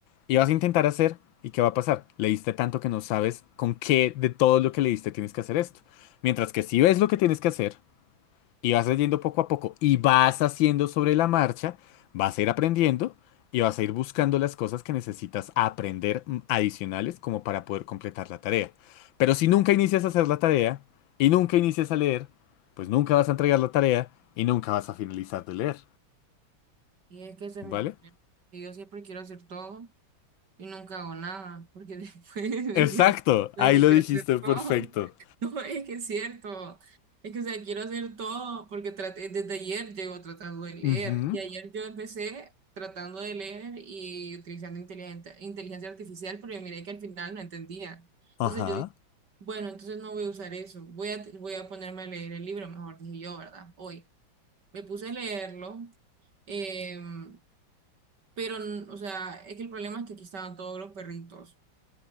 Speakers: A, on the left; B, on the right.
A: y vas a intentar hacer y ¿qué va a pasar? Leíste tanto que no sabes con qué de todo lo que leíste tienes que hacer esto. Mientras que si ves lo que tienes que hacer, y vas leyendo poco a poco y vas haciendo sobre la marcha, vas a ir aprendiendo y vas a ir buscando las cosas que necesitas aprender mm, adicionales como para poder completar la tarea. Pero si nunca inicias a hacer la tarea y nunca inicias a leer, pues nunca vas a entregar la tarea y nunca vas a finalizar de leer,
B: Y es que ese
A: ¿vale?
B: es mi problema. Que yo siempre quiero hacer todo y nunca hago nada, porque después <laughs> me
A: Exacto,
B: quedo pensando de
A: ahí
B: que
A: lo
B: quiero
A: dijiste
B: hacer
A: perfecto.
B: todo. <laughs> No, es que es cierto. Es que, o sea, quiero hacer todo, porque traté, desde ayer llevo tratando de leer,
A: Ujú,
B: y ayer yo empecé tratando de leer y utilizando inteligente- inteligencia artificial, pero yo miré que al final no entendía. Entonces
A: Ajá,
B: yo dije, bueno, entonces no voy a usar eso, voy a, voy a ponerme a leer el libro, mejor dije yo, ¿verdad? Hoy. Me puse a leerlo, em, pero, o sea, es que el problema es que aquí estaban todos los perritos.